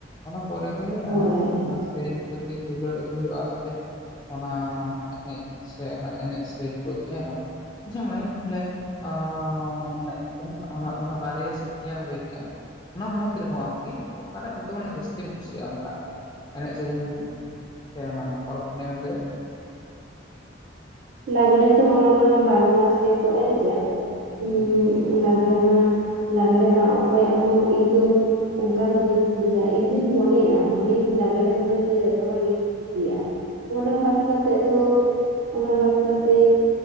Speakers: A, on the left; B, on the right.
A: ᱚᱱᱟ ᱯᱚᱨᱮ ᱜᱮ
B: ᱦᱳᱭ
A: ᱚᱱᱟ ᱥᱮᱨᱮᱧ ᱯᱚᱛᱷᱤ ᱫᱩᱞᱟᱹᱲ ᱟᱹᱜᱩᱭ ᱦᱩᱭᱩᱜᱼᱟ ᱥᱮ ᱚᱱᱟ ᱮᱱᱮᱡ ᱥᱮ ᱚᱱᱟ ᱮᱱᱮᱡ ᱥᱮᱨᱮᱧ ᱯᱩᱛᱷᱤ ᱦᱮᱸ ᱵᱟᱝ ᱟᱪᱪᱷᱟ ᱢᱟᱹᱭ ᱛᱟᱦᱚᱞᱮ ᱟᱻ ᱢᱟᱱᱮ ᱚᱱᱟ ᱵᱟᱨᱭᱟ ᱥᱮ ᱯᱮᱭᱟᱢ ᱞᱟᱹᱭ ᱠᱮᱜᱼᱟ ᱚᱱᱟ ᱢᱩᱫᱽ ᱨᱮᱦᱚᱸ ᱟᱨᱠᱤ ᱚᱠᱟᱴᱟᱜ ᱡᱚᱛᱚ ᱠᱷᱚᱱᱟᱜ ᱡᱟᱹᱥᱛᱤᱢ ᱠᱩᱥᱤᱭᱟᱜᱼᱟ ᱚᱱᱟᱴᱟᱜ ᱮᱱᱮᱡ ᱥᱮᱨᱮᱧ ᱨᱮᱫᱚ ᱥᱮ ᱚᱱᱟ ᱯᱚᱨᱚᱵ ᱯᱩᱱᱤᱭᱟᱹ ᱢᱚᱫᱫᱷᱮ ᱨᱮ
B: ᱞᱟᱜᱽᱲᱮ ᱛᱚ ᱚᱱᱟ ᱢᱟ ᱵᱟᱨᱚ ᱢᱟᱥ ᱜᱮᱠᱚ ᱮᱱᱮᱡᱟ ᱩᱸᱜ
A: ᱦᱩᱸ
B: ᱞᱟᱜᱽᱲᱮ ᱢᱟ ᱞᱟᱜᱽᱲᱮ ᱢᱟ ᱚᱠᱚᱭᱟᱜ ᱦᱚᱸ ᱤᱧ ᱫᱚ ᱚᱱᱠᱟ ᱫᱚ ᱵᱟᱹᱧ ᱵᱩᱡᱟ ᱤᱧ ᱫᱩᱧ ᱢᱚᱱᱮᱭᱟ ᱢᱚᱱᱮᱭᱮᱧ ᱞᱟᱜᱽᱲᱮ ᱫᱚ ᱦᱚᱭᱛᱚ ᱡᱚᱛᱚ ᱦᱚᱲ ᱜᱮᱠᱚ ᱠᱩᱥᱤᱭᱟᱜᱼᱟ ᱚᱱᱟ ᱵᱟᱫ ᱠᱟᱛᱮᱜ ᱫᱚ ᱚᱱᱟ ᱵᱟᱫ ᱠᱟᱛᱮ